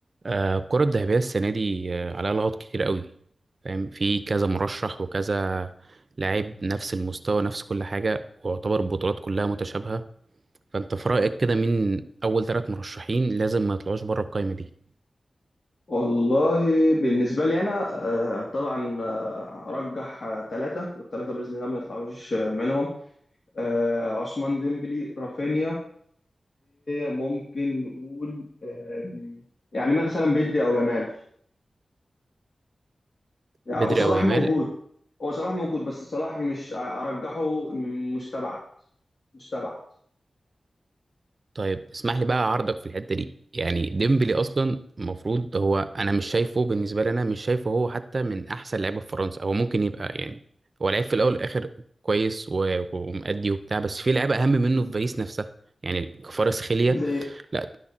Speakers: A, on the right (about 55°); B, on the left (about 55°).
A: آه، الكرة الذهبية السنة دي آه، عليها لغط كتير قوي فاهم في كذا مرشح وكذا لاعب نفس المستوى نفس كل حاجة ويعتبر البطولات كلها متشابهة فأنت في رأيك كده مين أول ثلاث مرشحين لازم ما يطلعوش بره القايمة دي
B: والله بالنسبة لي أنا آه، طبعا آه، أرجح ثلاثة والثلاثة بإذن الله ما يطلعوش آه، منهم آه، عثمان ديمبلي رافينيا وممكن نقول آه، يعني مثلا بدري أو يامال يعني
A: بدري
B: وصلاح
A: أو يامال
B: موجود هو صلاح موجود بس صلاح مش آه، أرجحه من مستبعد مستبعد
A: طيب اسمح لي بقى اعارضك في الحته دي يعني ديمبلي اصلا المفروض هو انا مش شايفه بالنسبه لي انا مش شايفه هو حتى من احسن لعيبه في فرنسا هو ممكن يبقى يعني هو لعيب في الاول والاخر كويس و- ومأدي وبتاع بس في لعيبه اهم منه في باريس نفسها يعني كفاراتسخيليا
B: زي
A: لا